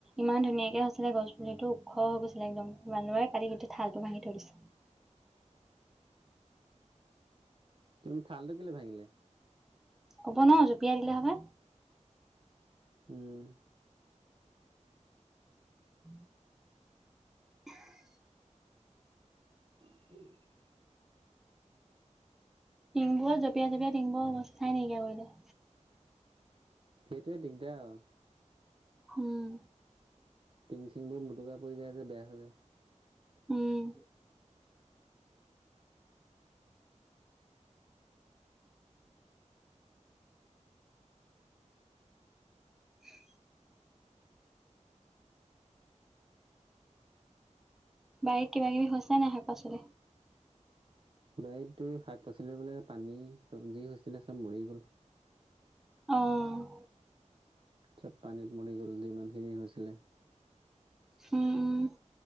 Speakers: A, in the centre; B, on the right.
A: ইমান ধুনীয়াকে হৈছিলে গছ পুলিটো, ওখ হৈ গৈছিলে একদম, বান্দৰে কালি গোটেই ঠালটো ভাঙি থৈ দিছে।
B: কিন্তু ঠালটো কেলে ভাঙিলে?
A: ক'ব নোৱাৰো, জপিয়াই দিলে <unintelligible>
B: উম
A: <inaudible> <inaudible>
B: <inaudible>
A: টিংবোৰত জঁপিয়াই জঁপিয়াই টিংবোৰৰ অৱস্থাই নাইকিয়া কৰিলে।
B: সেইটোৱে দিগদাৰ আৰু
A: উম
B: টিং চিংবোৰ মোটোকা পৰি যায় যে, বেয়া হৈ যায়।
A: উম <inaudible> বাৰীত কিবা কিবি হৈছে নাই শাক পাচলি?
B: বাৰীতটো শাক পাচলি <unintelligible> পানী, চব্জি হৈছিলে চব মৰি গ'ল।
A: অ'
B: চব পানীত মৰি গ'ল <unintelligible> হৈছিলে।
A: উম